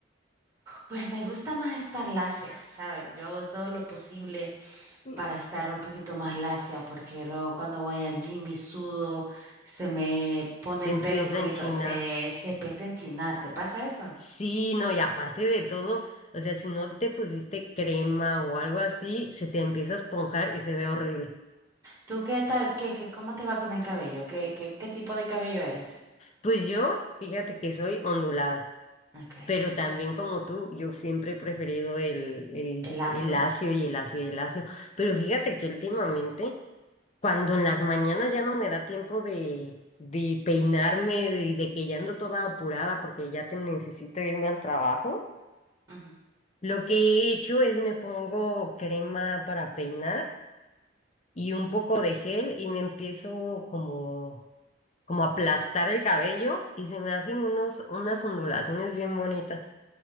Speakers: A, on the right; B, on the left.
A: Pues me gusta más estar lacia, ¿sabes? Yo hago todo lo posible
B: Mm.
A: para estar un poquito más lacia, porque luego cuando voy al gym y sudo, se me pone
B: Se
A: el
B: empieza
A: pelo un poquito,
B: en China.
A: se, se empieza a enchinar, ¿te pasa eso?
B: Sí, no, y aparte de todo, o sea, si no te pusiste crema o algo así, se te empieza a esponjar y se ve horrible.
A: ¿Tú qué tal? ¿Qué, qué- cómo te va con el cabello? ¿Qué, qué, qué tipo de cabello eres?
B: Pues yo, fíjate que soy ondulada.
A: Ok.
B: Pero también como tú, yo siempre he preferido el, el,
A: El lacio.
B: el lacio y el lacio y el lacio. Pero fíjate que últimamente, cuando en las mañanas ya no me da tiempo de, de peinarme, de, de que ya ando toda apurada porque ya te necesito irme al trabajo,
A: Ujú.
B: lo que he hecho es me pongo crema para peinar y un poco de gel y me empiezo como, como a aplastar el cabello y se me hacen unos, unas ondulaciones bien bonitas.